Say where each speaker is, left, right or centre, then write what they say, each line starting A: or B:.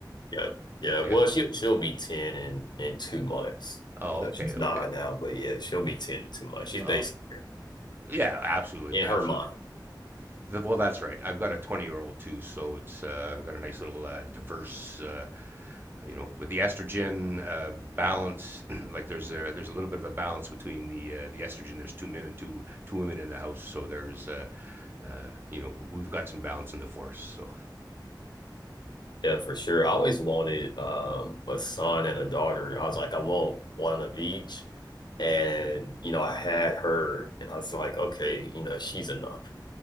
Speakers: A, on the left; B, on the right.
A: Yeah. Yeah.
B: Yeah.
A: Well, she she'll be 10 in in two months.
B: Oh,
A: You know,
B: okay,
A: she's
B: okay.
A: nine now, but yeah, she'll be 10 in two months. She's
B: Oh,
A: basically
B: yeah, absolutely,
A: in
B: absolutely.
A: her mind.
B: The, well, that's right. I've got a twenty-year-old too, so it's uh, I've got a nice little uh, diverse, uh, you know, with the estrogen uh, balance. <clears throat> like, there's a there's a little bit of a balance between the uh, the estrogen. There's two men and two two women in the house, so there's. Uh, uh, you know, we've got some balance in the force. So
A: Yeah, for sure. I always wanted um a son and a daughter. I was like, I want one of each. And you know, I had her and I was like, okay, you know, she's enough.